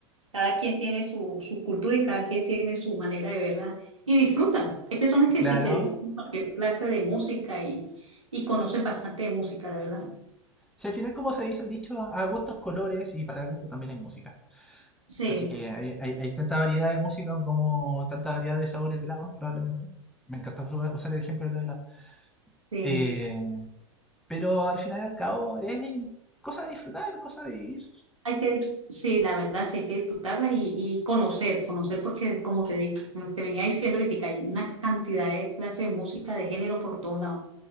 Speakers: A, on the right; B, in the centre.
A: cada quien tiene su, su cultura y cada quien tiene su manera de verla y disfrutan. Hay personas que
B: claro.
A: sí, que disfrutan cualquier clase de música y, y conocen bastante de música, la verdad.
B: Si al final, como se dice el dicho, a gustos colores y para gusto también hay música.
A: Sí,
B: Así que hay, hay- hay tanta variedad de música como tanta variedad de sabores de helados, probablemente. Me encanta usa- usar el ejemplo de los helados.
A: sí.
B: Eh, pero al final y al cabo es cosa de disfrutar, cosa de ir.
A: Hay que, dis- sí, la verdad, sí, hay que disfrutarlas y, y conocer, conocer porque, como te digo, como te venía diciendo ahorita, hay una cantidad de clases de música, de género por todos lados